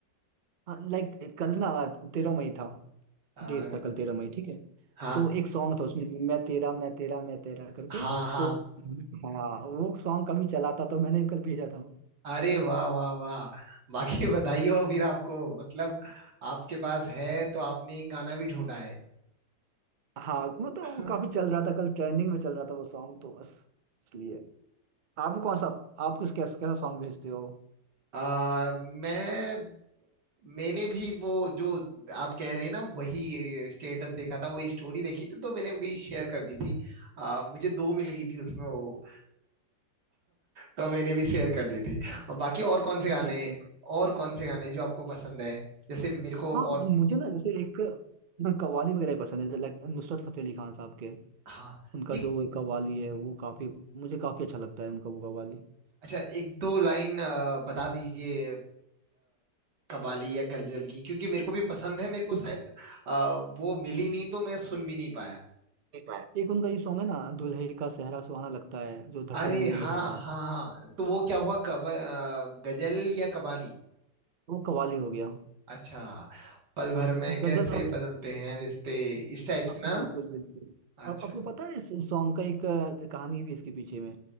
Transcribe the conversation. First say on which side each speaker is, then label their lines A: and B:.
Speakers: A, on the right; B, on the right.
A: हाँ लाइक कल ना तेरह मई था
B: आ,
A: डेट था कल तेरह मई ठीक है
B: हाँ
A: तो एक सॉन्ग था उसमें मैं तेरा मैं तेरा मैं तेरा करके
B: हाँ हाँ
A: तो हाँ वो सॉन्ग कभी चला था तो मैंने कल भेजा था
B: अरे
A: ऐसे
B: वाह वाह वाह बाकी <laughs> बधाई हो फिर आपको मतलब आपके पास है तो आपने एक गाना भी ढूंढा है
A: हाँ मतलब
B: हाँ,
A: वो काफी चल रहा था कल ट्रेंडिंग में चल रहा था वो सॉन्ग तो बस इसलिए आप कौन सा आप किस कैसा कैसा सॉन्ग भेजते हो
B: आ, मैं मैंने भी वो जो आप कह रहे हैं ना वही स्टेटस देखा था वही स्टोरी देखी थी तो मैंने भी शेयर कर दी थी आ, मुझे दो मिल गई थी उसमें वो तो मैंने भी शेयर कर दी थी और बाकी और कौन से
A: अच्छा
B: गाने
A: अच्छा
B: और कौन से गाने जो आपको पसंद है जैसे मेरे को
A: हाँ
B: और
A: मुझे ना जैसे एक ना कव्वाली वगैरह पसंद है जैसे like नुसरत फतेह अली खान साहब के
B: हाँ
A: उनका
B: ये
A: जो वो कव्वाली है वो काफी मुझे काफी अच्छा लगता है उनका वो कव्वाली
B: अच्छा एक दो लाइन आ, बता दीजिए आ, कबाली या गजल की क्योंकि मेरे को भी पसंद है मेरे को
A: एक
B: शायद आ, वो मिली नहीं तो मैं सुन भी नहीं पाया
A: एक उनका ये सॉन्ग है ना दुल्हे का सेहरा सुहाना लगता है जो धड़कन
B: अरे
A: मूवी
B: हाँ
A: का गाना है
B: हाँ हाँ तो वो क्या हुआ कब अ, गजल या कवाली
A: वो कव्वाली हो गया
B: अच्छा पल भर में कैसे
A: गजल होता
B: बदलते
A: है।
B: हैं रिश्ते इस टाइप
A: हाँ,
B: से ना
A: बिल्कुल बिल्कुल
B: अच्छा
A: और आपको
B: अच्छा
A: पता है इस सॉन्ग का एक अ, कहानी भी इसके पीछे में